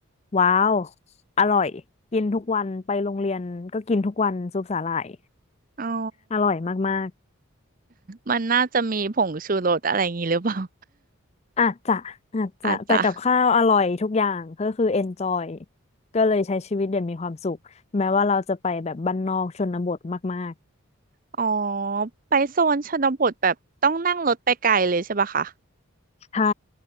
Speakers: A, on the left; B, on the right.
A: ว้าวอร่อยกินทุกวันไปโรงเรียนก็กินทุกวันซุปสาหร่าย
B: อ๋อ
A: อร่อยมาก
B: มันน่าจะมีผงชูรสอะไรอย่างงี้หรือเปล่า <laughs>
A: ๆอาจจะอาจจะแต่กับข้าวอร่อยทุกอย่างก็คือ
B: อาจจะ
A: enjoy ก็เลยใช้ชีวิตอย่างมีความสุขแม้ว่าเราจะไปแบบบ้านนอกชนบทมาก
B: อ๋อไปโซนชนบทแบบต้องนั่งรถไปไกลเลยใช่ปะคะ
A: ใช่